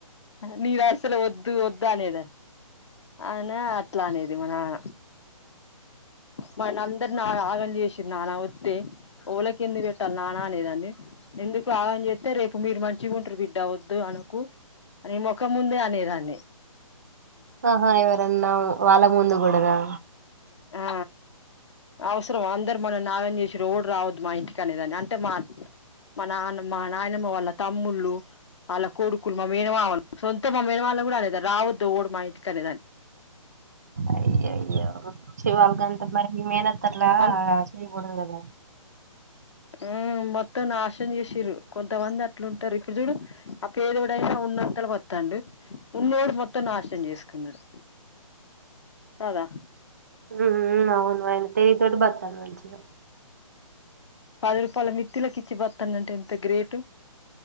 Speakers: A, on the left; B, on the right.
A: నీరు అసలు వద్దు వద్దు అనేదని అయినా అట్లా అనేది మనాన మన అందరిని ఆగ్ ఆగం చేసి అలా వద్దె ఓళకి ఎన్ని రేట ననేదడి ఎందుకు ఆగని చేత్తే రేపు మీరు మంచిగా ఉంటరు బిడ్డ వద్దు అనకు అని మొక్క ముందే అనేదాన్ని
B: ఆహా ఇవరన్నా వాళ్ళ ముందు కూడరా
A: ఆ అవసరం అందరు మనం నాగం చేసి రోడ్డు రావద్దు మా ఇంటికనేదాని అంటే మా మా నాన్నమ్ మా నాయనమ్మ వాళ్ళ తమ్ముళ్ళు అలా కోడుకులు మా మేనమామళ సొంత మా మేనవాళ్ళం కూడా అనేది రావద్దు ఓడు మా ఇంటికి అనేదాన్ని
B: అయ్యో అయ్యో చివాళకింతా మరి మేనత్తట్లా
A: అం
B: ఈయగూడదు గద
A: ఆ మొత్తం నాశనం చేసిరు కొంతమంది అట్లుంటారు ఇప్పుడు చూడు ఆ పేదోడ అయినా ఉన్నంతలు వత్తాండు ఉన్నోడు మొత్తం నాశనం చేసుకున్నాడు. కాదా
B: ఊఉ అవును మరి తెలితోటి బతకాలి మంచిగా
A: పది రూపాయల మితిలకిిచ్చి బతాన అంటే ఎంత గ్రేటు